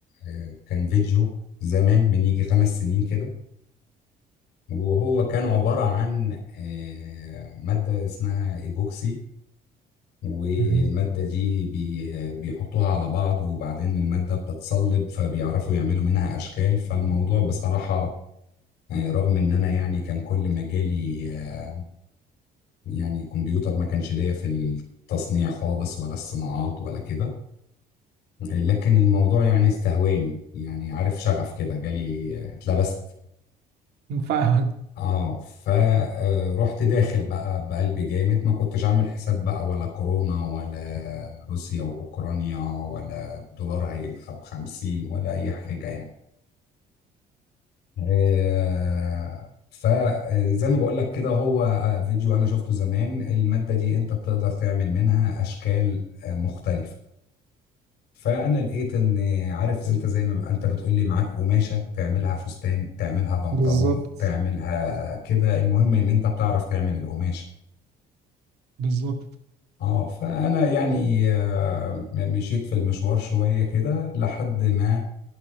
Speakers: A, on the left (about 75°); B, on the right (about 75°).
A: آه، كان فيديو زمان من يجي خمس سنين كده وهو كان عبارة عن آه، مادة اسمها إيبوكسي والمادة
B: مهم.
A: دي بي- بيحطوها على بعض وبعدين المادة بتتصلب فبيعرفوا يعملوا منها أشكال فالموضوع بصراحة آه، رغم إن أنا يعني كان كل مجالي آه، يعني كمبيوتر ما كانش ليا في التصنيع خالص ولا الصناعات ولا كده لكن الموضوع يعني استهواني يعني عارف شغف كده جالي آه، اتلبست
B: مم. فاهمك
A: اه فرحت داخل بقى بقلب جامد ما كنتش عامل حساب بقى ولا كورونا ولا روسيا واوكرانيا ولا الدولار هيبقى بخمسين ولا اي حاجة يعني آه، فزي ما بقول لك كده هو آه، فيديو انا شفته زمان المادة دي انت بتقدر تعمل منها اشكال آه، مختلفة فانا لقيت ان عارف انت زي ما بقى انت بتقول لي معاك قماشه تعملها فستان تعملها بنطلون
B: بالظبط
A: تعملها كده المهم ان انت بتعرف تعمل القماشه
B: بالظبط
A: اه فانا يعني آه، مشيت في المشوار شويه كده لحد ما